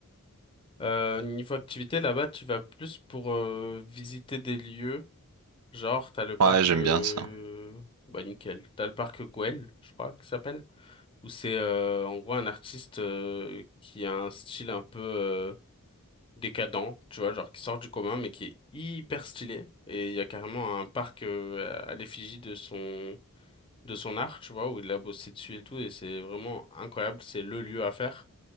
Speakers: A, on the left; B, on the right.
A: Euh, niveau activité, là-bas, tu vas plus pour euh, visiter des lieux. Genre, t'as le parc...
B: Ouais, j'aime
A: euh,
B: bien ça.
A: Bah nickel. T'as le parc Güell, je crois, qui s'appelle. Où c'est euh, en gros un artiste euh, qui a un style un peu euh, décadent, tu vois, genre qui sort du commun, mais qui est hyper stylé. Et il y a carrément un parc euh, à l'effigie de son... de son art, tu vois, où il a bossé dessus et tout. Et c'est vraiment incroyable. C'est le lieu à faire.